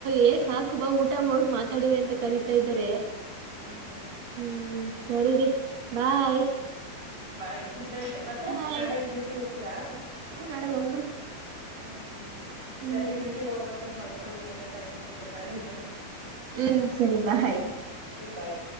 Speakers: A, on the right (about 50°); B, on the right (about 15°).
A: ಏ ಸಾಕು ಬಾ ಊಟ ಮಾಡಟ್ಟು ಮಾತಾಡುವೆ ಅಂತ ಕಲತಾ ಇದಾರೆ
B: ಹಾ ಹಾ
A: ಹ್ಮ್ ಸರಿ ರೀ ಬಾಯ್
B: ಬಾಯ್ ಗುಡ್ ನೈಟ್ ಮತ್ತೆ
A: ಗುಡ್ ನೈಟ್
B: ನಾಳೆ ಏನ್ ಡ್ಯೂಟಿಗ್ ಹೋಗ್ತೀರಾ
A: ಹು ನಾಳೆ ಹೋಗ್ಬೇಕು.
B: ಹ್ಮ ಹ್ಮ್
A: ಹ್ಮ್
B: ಸರಿ ಡ್ಯೂಟಿಗ್ ಹೋಗ್ಬೇಕು ಮಲ್ಕೊಳ್ಳಿ ಬೇಗ ಟೈಮ್ ಆಗುತ್ತೆ ನಾಳೆಗೆ
A: ಹ್ಮ್ ಸರಿ ಬಾಯ್
B: ಬಾಯ್